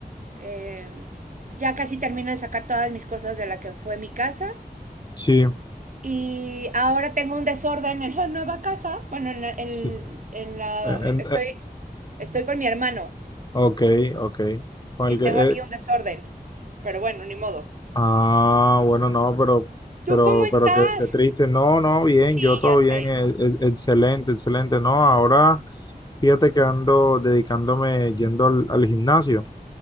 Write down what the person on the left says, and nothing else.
Sí,
sí.
Eh, en-
eh,
ok, ok. Con
el que,
eh,
Ah, bueno, no, pero,
pero,
pero qué, qué triste. No, no, bien,
yo todo
bien,
e- e- excelente, excelente. No, ahora fíjate que ando dedicándome yendo al, al gimnasio.